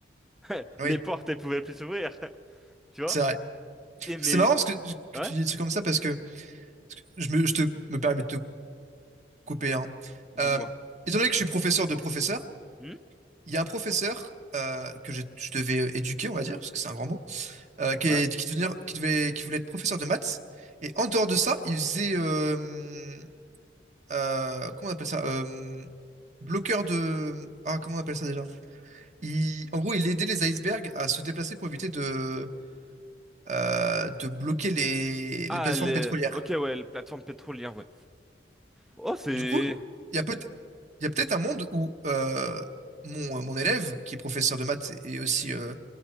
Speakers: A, in the centre; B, on the right.
A: <laughs>
B: Oui.
A: Les portes, elles pouvaient plus s'ouvrir, <laughs> tu vois?
B: C'est vrai.
A: Et mais
B: C'est marrant parce que, que
A: ouais,
B: tu dis des trucs comme ça parce que je me, je te, me permets de te couper un.
A: dis-moi.
B: Euh, étant donné que je suis professeur de professeur,
A: Hmm
B: il y a un professeur euh, que je, je devais euh, éduquer, on va dire, parce que c'est un grand mot, euh, qui,
A: Ouais.
B: est- qui, devenir- qui, devait, qui voulait être professeur de maths. Et en dehors de ça, il faisait, euh, euh, comment on appelle ça? Euh, bloqueur de... Ah, comment on appelle ça déjà? Il, en gros, il aidait les icebergs à se déplacer pour éviter de, euh, de bloquer les,
A: Ah
B: les plateformes
A: les
B: pétrolières.
A: OK ouais, la plateforme pétrolière, ouais. Oh, c'est
B: Du coup, il y a peut Il y a peut-être un monde où euh, mon, euh, mon élève, qui est professeur de maths et aussi euh,